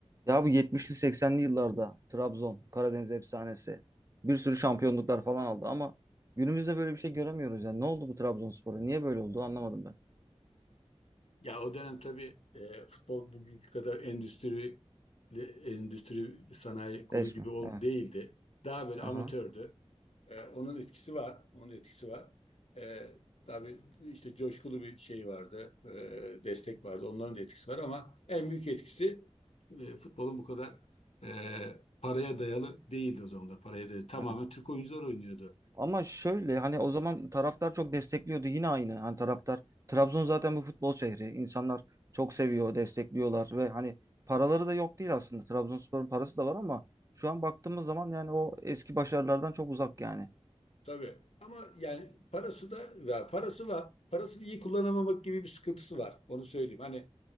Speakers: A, on the right; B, on the left.
A: Ya bu 70'li 80'li yıllarda Trabzon, Karadeniz efsanesi bir sürü şampiyonluklar falan aldı ama günümüzde böyle bir şey göremiyoruz yani. Ne oldu bu Trabzonspor'a? Niye böyle oldu anlamadım ben.
B: Ya o dönem tabii e, futbol bugünkü kadar endüstri endüstri sanayi kolu
A: Değişme.
B: gibi ol,
A: Evet.
B: değildi. Daha böyle
A: Aha.
B: amatördü. E, onun etkisi var. Onun etkisi var. E, tabii işte coşkulu bir şey vardı. e, destek vardı. Onların da etkisi var ama en büyük etkisi e, futbolun bu kadar e, paraya dayalı değildi o zamanlar. Paraya dayalı. Tamamen
A: Evet.
B: Türk oyuncular oynuyordu.
A: Ama şöyle hani o zaman taraftar çok destekliyordu yine aynı. Hani taraftar Trabzon zaten bu futbol şehri. İnsanlar çok seviyor, destekliyorlar ve hani paraları da yok değil aslında. Trabzonspor'un parası da var ama şu an baktığımız zaman yani o eski başarılardan çok uzak yani.
B: Tabii. Ama yani parası da ya parası var. Parasını iyi kullanamamak gibi bir sıkıntısı var. Onu söyleyeyim. Hani